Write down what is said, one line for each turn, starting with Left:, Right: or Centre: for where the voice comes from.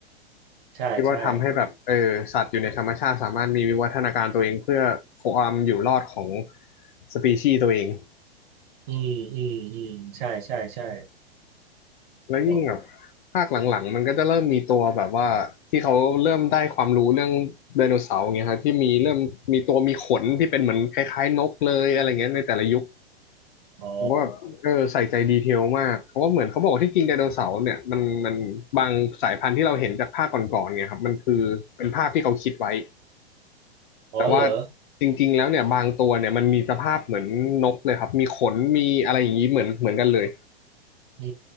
Right: ใช่ใช่
Left: ที่ว่าทำให้แบบเออสัตว์อยู่ในธรรมชาติสามารถมีวิวัฒนาการตัวเองเพื่อความอยู่รอดของสปีชีส์ตัวเอง
Right: อืมอืมอืมใช่ใช่ใช่
Left: แล้วยิ่งแบบ
Right: โอ้
Left: ภาคหลังๆมันก็จะเริ่มมีตัวแบบว่าที่เขาเริ่มได้ความรู้เรื่องไดโนเสาร์อย่างเงี้ยฮะที่มีเริ่มมีตัวมีขนที่เป็นเหมือนคล้ายๆนกเลยอะไรเงี้ยในแต่ละยุค
Right: อ๋อ
Left: ผมก็แบบเออใส่ใจดีเทลมากเพราะว่าเหมือนเขาบอกว่าที่จริงไดโนเสาร์เนี่ยมันมันบางสายพันธุ์ที่เราเห็นจากภาคก่อนๆเนี่ยครับมันคือเป็นภาพที่เขาคิดไว้
Right: อ๋อเหรอ
Left: แต่ว่าจริงๆแล้วเนี่ยบางตัวเนี่ยมันมีสภาพเหมือนนกเลยครับมีขนมีอะไรอย่างนี้เหมือนเหมือนกันเลย
Right: อื